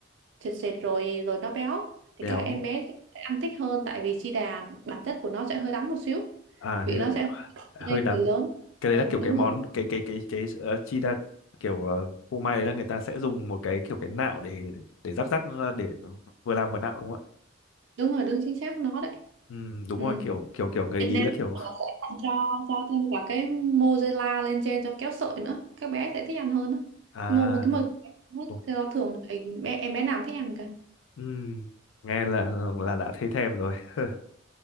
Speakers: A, on the right; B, on the left.
A: sệt, sệt rồi rồi nó béo thì
B: béo
A: các em bé sẽ ăn thích hơn tại vì chi đà bản chất của nó sẽ hơi đắng một xíu
B: à
A: vị
B: thế là
A: nó sẽ cho
B: hơi
A: nên
B: đắng
A: người lớn
B: cái đấy
A: ừ,
B: là kiểu cái
A: đúng
B: món
A: rồi
B: cái cái cái cái uh, chi đa kiểu ờ, phô mai đấy là người ta sẽ dùng một cái kiểu cái nạo để để rắc rắc ra để vừa làm vừa nạo đúng không ạ
A: đúng rồi đúng chính xác nó đấy
B: ừ, đúng
A: ừ.
B: rồi kiểu kiểu kiểu người
A: Việt
B: Ý
A: Nam
B: là kiểu
A: sẽ còn cho cho thêm cả cái mozzarella lên trên cho kéo sợi nữa các bé sẽ thích ăn hơn đó.
B: à
A: cái mô một cái mozzarella
B: đúng,
A: thì nó thường thì bé em bé nào cũng thích ăn cả
B: ừ, nghe là
A: ừ.
B: là đã thấy thèm rồi <laughs>